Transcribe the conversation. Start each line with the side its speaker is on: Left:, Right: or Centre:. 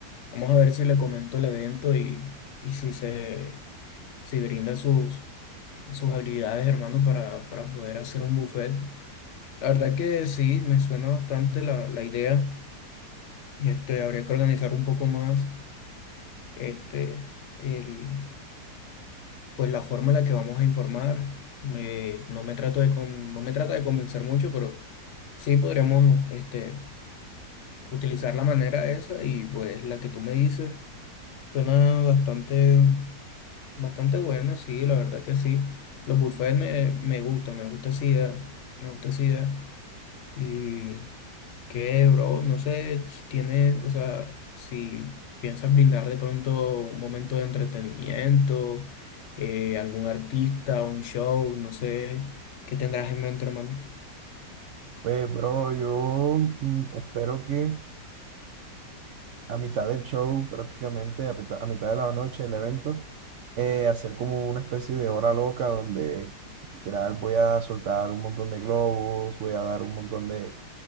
Left: Vamos a ver si le comento el evento y, y si se si brinda sus, sus habilidades, hermano, para, para poder hacer un buffet. La verdad que sí, me suena bastante la, la idea. Este, habría que organizar un poco más este, el, pues la forma en la que vamos a informar. Me- no me trato de con- no me trata de convencer mucho, pero sí podríamos este, utilizar la manera esa y pues la que tú me dices suena bastante, bastante buena sí, la verdad que sí. Los buffets me, me gustan, me gusta esa idea, me gusta esa idea. Y qué, bro, no sé si tienes, o sea, si piensas brindar de pronto un momento de entretenimiento, eh, algún artista, un show, no sé, ¿qué tendrás en mente, hermano?
Right: Pues, bro, yo mm, espero que a mitad del show, prácticamente a, pita- a mitad de la noche del evento, eh, hacer como una especie de hora loca donde literal voy a soltar un montón de globos, voy a dar un montón de,